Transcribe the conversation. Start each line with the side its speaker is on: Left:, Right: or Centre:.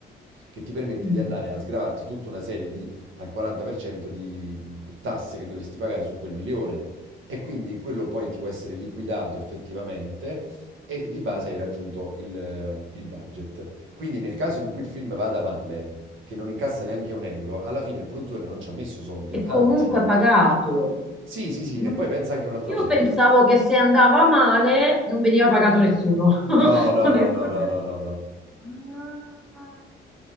Right: che ti permette
Centre: Mm.
Right: di andare a sgravarti tutta una serie di al 40% di mh, tasse che dovresti pagare su quel milione e quindi quello poi ti può essere liquidato effettivamente e di base hai raggiunto il, ehm, il budget. Quindi nel caso in cui il film vada male, che non incassa neanche un euro, alla fine il produttore non ci ha messo soldi,
Centre: e
Right: anzi,
Centre: comunque pagato.
Right: sì, sì, sì,
Centre: Ma
Right: e poi pensa anche a un'altra
Centre: io
Right: cosa.
Centre: pensavo
Right: il pro-
Centre: che se andava male non veniva pagato nessuno,
Right: No,
Centre: <laughs>
Right: no,
Centre: onestamente.
Right: no, no, no, no, no, no,
Centre: Ah,